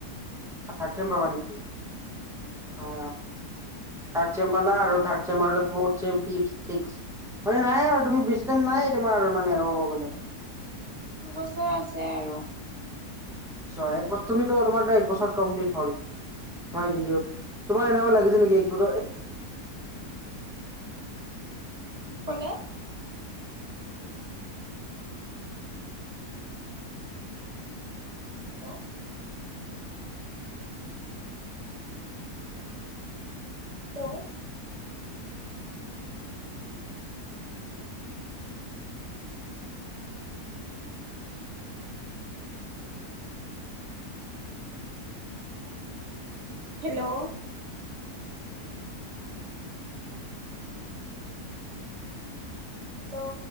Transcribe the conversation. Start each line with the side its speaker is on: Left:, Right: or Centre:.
Centre: থাতচেম পাবা নেকি? <unintelligible>
Right: উম
Centre: অ
Right: <unintelligible>
Centre: থাৰ্ড চেম পালা আৰু থাটছেম আৰু ফৰছেম ফিপ, ছিক্স মানে নাই আৰু তোমাৰ টাইম তোমাৰ আৰু মানে। <unintelligible> শেষ হবলে
Right: দুবছৰ আছে আৰু।
Centre: চ এক বছৰ তুমি তো তোমাৰ এক বছৰ কমপ্লিট হ'ল। হয় দিদিঅ তোমাৰ এনেকোৱা লাগিছে নেকি একব
Right: <inaudible> কি কলে হেল্ল' হেল্ল' হেল্ল' হেল্ল'